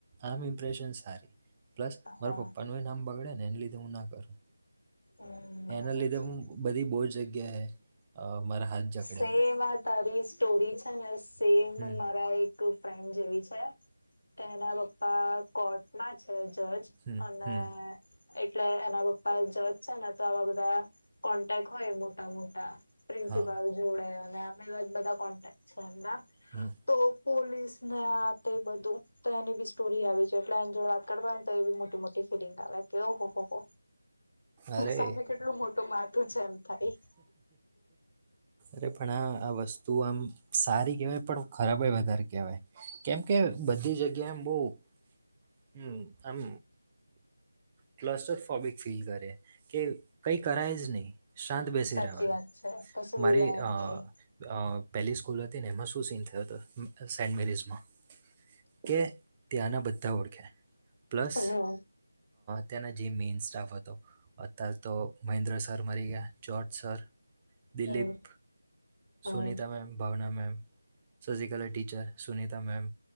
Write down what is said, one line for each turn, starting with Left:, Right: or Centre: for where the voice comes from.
Right: આમ ઇમ્પ્રેશન સારી પ્લસ મારા
Left: હા
Right: પપ્પાનું એ ના આમ બગડે ને એને લીધે હું ના કરું.
Left: હમ બરાબર
Right: એના લીધે
Left: છે
Right: હું બધી બહુ જ જગ્યાએ અહ મારા હાથ. જકડેલા
Left: સેમ આ તારીસ સ્ટોરી છે ને તેમ
Right: હમ
Left: મારા એક. ફ્રેન્ડ જેવી છે એના પપ્પા કોર્ટ માં છે. જજ
Right: હમ
Left: અને.
Right: હમ
Left: એટલે એના પપ્પા જજ છે ને તો આવા બધા કોન્ટેક હોય મોટા મોટા. પ્રિન્સિપાલ.
Right: હા
Left: અને અમએવા જ બધા કોન્ટેક્ટ છે એમના
Right: હમ
Left: તો. પોલીસને તે બધું તો એની બી સ્ટોરી આવી છે એટલે એની જો વાત કરવાય ને તો એ બી મોટી મોટી ફિલિંગ આવે કે ઓહો હો હો.
Right: અરે
Left: સામે કેટલું મોટું માથું છે એમ થાય.
Right: અરે પણ આ આ વસ્તુ આમ સારી કેહેવાય. ખરાબ વધારે કહેવાય કેમ કે બધી જગ્યા. ગેમ બહ આમ. ક્લસ્ટર ફોબિક ફીલ કરે. કે કઈ કરાય જ નહી શાંત બેસી
Left: સાચી
Right: રહેવાનું
Left: વાત છે કશું બોલાય
Right: મારે આ.
Left: જ નહી.
Right: પહેલી સ્કૂલ હતી ને એમાં શું સઇન થયો હતો સેન્ટ મેરીિઝમાં. કે ત્યાંના બધા ઓળખે પ્લસ.
Left: હા હા.
Right: ત્યાંના જે મેઈન સ્ટાફ હતો. તો મહેન્દ્ર. સર મળરી ગ. જજ સર દિલીપ
Left: હમ્મ. હા.
Right: સુનતા
Left: હમ્મ.
Right: મેમ ભાવના મેમ સસિકલે ટીચર સુનતા મેમ